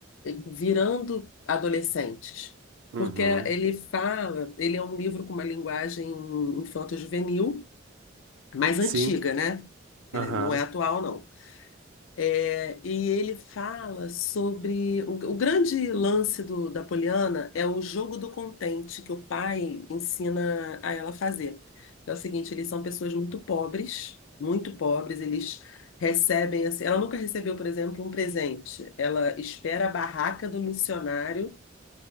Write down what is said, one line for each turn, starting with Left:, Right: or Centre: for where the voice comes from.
Left: virando adolescentes.
Right: uhum.
Left: Porque ele fala, ele é um livro com uma linguagem infanto-juvenil, mais
Right: Sim,
Left: antiga, né? Ele
Right: aham,
Left: não é atual, não. É, e ele fala sobre o, o grande lance do- da Poliana é o jogo do contente que o pai ensina a ela fazer. É o seguinte, eles são pessoas muito pobres, muito pobres, eles recebem assim, ela nunca recebeu, por exemplo, um presente. Ela espera a barraca do missionário